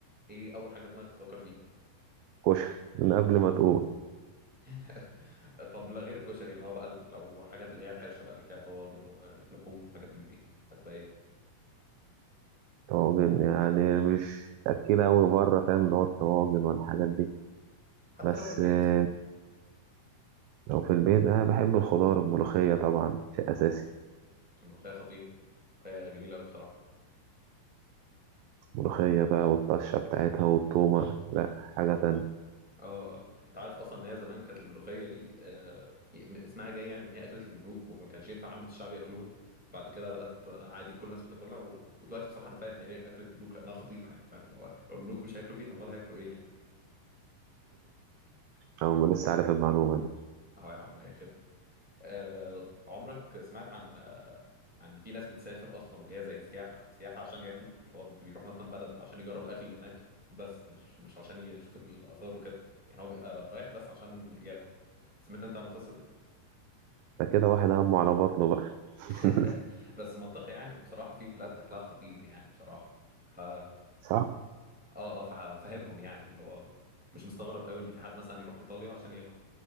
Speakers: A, in the centre; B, on the right.
A: ايه اول حاجه دماغك تفكر فيها
B: كشري من قبل ما تقول
A: <laughs> طب لا غير الكشري اللي هو بقى ال- لو حاجات اللي هي الحرشه بقى اللي فيها طواجن ولحوم وحاجات من دي هتبقى ايه
B: طواجن يعني مش أكيد أوي بره فاهم اللي هو الطواجن والحاجات دي
A: حتى
B: بس
A: لو في البيت
B: آه، لو في البيت أنا بحب الخضار الملوخية طبعا شيء أساسي
A: الملوخيه خطير الملوخيه جميله قوي بصراحه
B: ملوخية بقى والطشة بتاعتها والتومة لأ حاجة تانية
A: اه اه انت عارف اصلا ان هي زمان كانت الملوخيه دي آه من اسمها جاي يعني من هي اكله الملوك وما كانش ينفع عامه الشعب ياكلوها بعد كده بقت عادي كل الناس بتاكلها و... ودلوقتي بصراحه انا فاهم هي ليه اكله ملوك لانها خطيره يعني فاهم لو لو الملوك مش هياكلوا دي امال هياكلوا ايه يعني
B: أو ما لسه عارف المعلومة دي
A: اهو يا عم اي خدمه آه عمرك سمعت عن عن في ناس بتسافر اصلا اللي هي زي سياحه سياحه عشان ياكلوا اللي هو بيروح مثلا بلد عشان يجرب الاكل اللي هناك بس مش مش عشان يشوف الاثار وكده يعني هو بيبقى رايح بس عشان ياكل سمعت انت عن القصه دي
B: ده كده واحد همه على بطنه بقى <laughs>
A: <laughs> بس منطقي يعني بصراحة في بلاد أكلها خطير يعني بصراحة فا
B: صح
A: آه آه فا- فاهمهم يعني اللي هو مش مستغرب قوي إن في حد مثلا يروح إيطاليا عشان ياكل